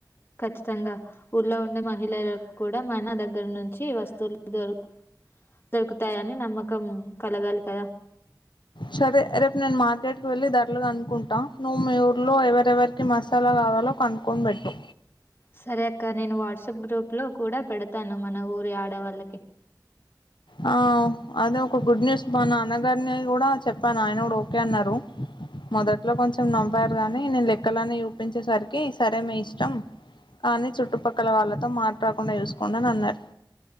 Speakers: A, on the left; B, on the left.
A: ఖచ్చితంగా ఊళ్ళో ఉండే మహిళలకు కూడా మన దగ్గర నుంచి వస్తువులు దొరు దొరుకుతాయని నమ్మకం కలగాలి కదా
B: సరే రేపు నేను మార్కెట్ కి వెళ్ళి ధరలు కనుకుంటా నువ్వు మీ ఊర్లో ఎవరెవరికి మసాలా కా కావలో కనుక్కొనిబెట్టు
A: సరే అక్క నేను వాట్సప్ గ్రూప్ లో కూడా పెడతాను మన ఊరి ఆడవాళ్ళ
B: ఆ అదే ఒక గుడ్ న్యూస్ మా నాన్నగారిని కూడా చెప్పాను ఆయన కూడా ఓకే అన్నారు. మొదట్లో కొంచెం నవ్వారు గానీ నేను లెక్కలన్ని చూపించేసరికి సరే మీ ఇష్టం. కానీ చుట్టుపక్కల వాళ్లతో మాట రాకుండా చూసుకోండి అన్నరు.